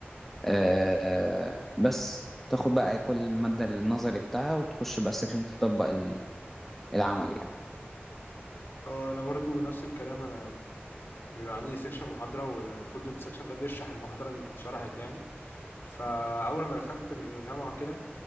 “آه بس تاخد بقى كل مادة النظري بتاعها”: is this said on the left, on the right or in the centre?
Centre